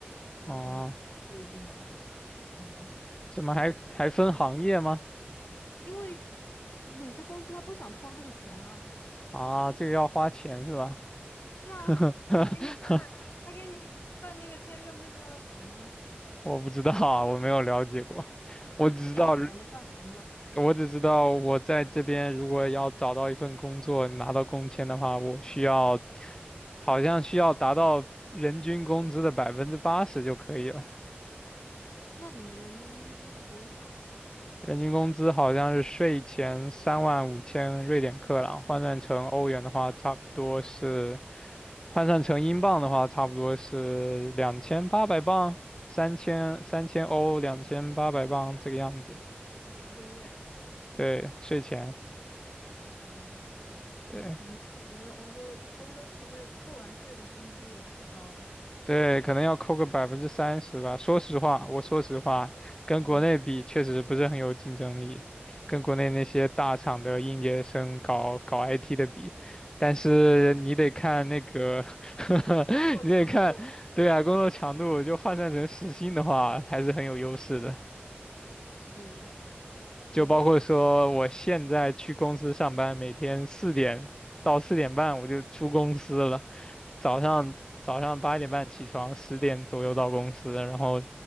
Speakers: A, on the left; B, on the left.
A: 其他公司不一定吧，
B: 哦，
A: 嗯，
B: 怎么还还分行业吗？
A: 因为有些公司他不想掏这个钱啊。
B: 啊，这个要花钱是吧？
A: 是啊，<laughs>
B: <laughs>
A: 给你办，他给你办那个签证不需要钱吗？
B: 我不知道啊，我没有了解过，我只知道。
A: 要要钱的，要钱的。
B: 我只知道我在这边如果要找到一份工作，拿到工签的话，我需要好像需要达到人均工资的百分之八十就可以了。
A: 那你们人均工资是多少啊？
B: 人均工资好像是税前三万五千瑞典克朗，换算成欧元的话，差不多是换算成英镑的话，差不多是两千八百镑，三千三千欧，两千八百镑这个样子。
A: 一个月。
B: 对，税前。
A: 啊，
B: 对，
A: 天呐，我觉得欧洲欧洲其实扣完税的薪资也不高，
B: 对，可能要扣个百分之三十吧。说实话，我说实话，跟国内比确实不是很有竞争力，
A: 嗯，
B: 跟国内那些大厂的应届生搞搞 IT 的比，但是你得看那个 <laughs>
A: 工作强度啊
B: 你得看，对啊，工作强度就换算成时薪的话，还是很有优势的。
A: 是留在国
B: 就包括说，我现在去公司上班，每天四点到四点半我就出公司了。早上早上八点半起床，十点左右到公司，然后